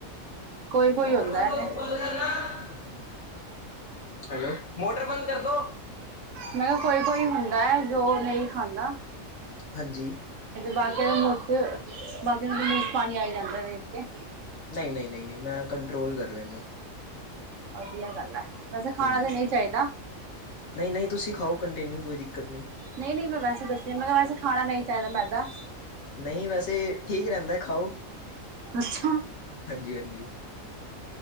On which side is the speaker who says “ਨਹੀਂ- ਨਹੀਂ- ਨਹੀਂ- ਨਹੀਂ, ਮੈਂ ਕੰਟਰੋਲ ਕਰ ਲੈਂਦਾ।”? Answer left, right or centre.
Left